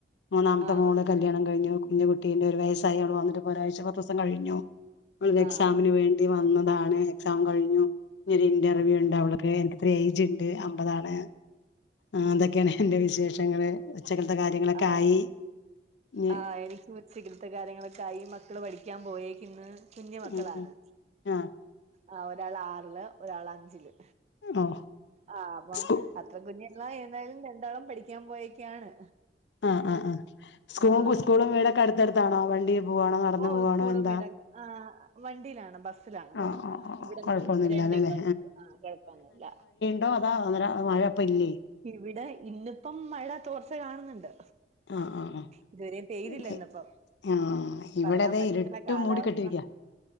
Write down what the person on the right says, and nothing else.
ആ
ആ ആ
ആഹ്
ആ ഹ്എനി ക്ക് ഉച്ചക്കത്തെ കാര്യങ്ങളൊക്കെയായി മക്കള് പഠിക്കാൻ പോയേക്കുന്ന് കുഞ്ഞി മക്കളാണ്
ആ ഒരാൾ ആറില് ഒരാള് അഞ്ചില്
ആ അപ്പം
അത്ര കുഞ്ഞ <unintelligible> ഏന്തായാലും രണ്ടാളും പഠിക്കാൻ പോയേക്കാണ്
ആ
ഓ
സ്കൂളും
വീടൊകെ ആ വണ്ടിയിലാണ് ബസ്സിലാണ് പോകുന്നത്
ഇവിടന്ന്
രണ്ട് കിലോമീറ്റർ ആ കുഴപ്പൊന്നുല്ല
ഇവിടെ ഇന്നിപ്പം മഴ തോർച്ച കാണുന്നുണ്ട്
ഇതു വരേ പെയ്തില്ല
ഇന്നിപ്പം
പറയാൻ
പറ്റത്തില്ല
കാലാവസ്ഥ